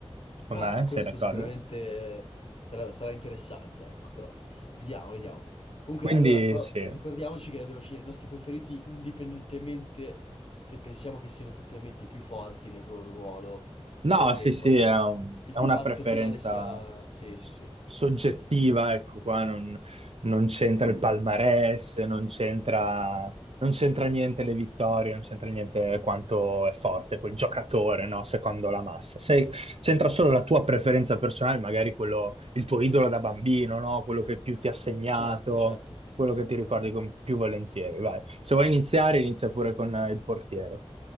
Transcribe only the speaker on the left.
Ah,
questo
sicuramente eh, sarà, sarà interessante, ecco, però vediamo, vediamo. Comunque,
allora, però
ricordiamoci che dobbiamo scegliere i nostri preferiti indipendentemente se pensiamo che siano effettivamente i più forti nel loro ruolo,
in modo che
poi
il
dibattito
finale sia... Sì,
sì, sì.
Certo, certo.